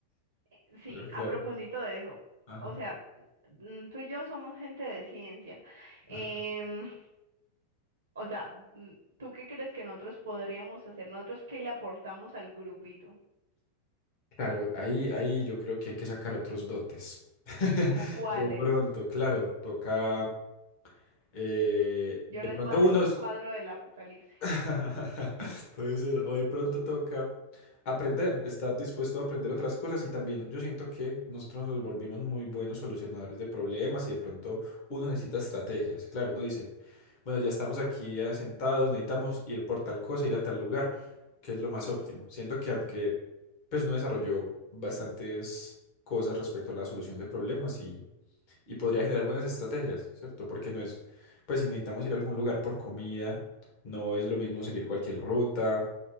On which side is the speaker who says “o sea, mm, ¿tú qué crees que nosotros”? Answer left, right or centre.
Right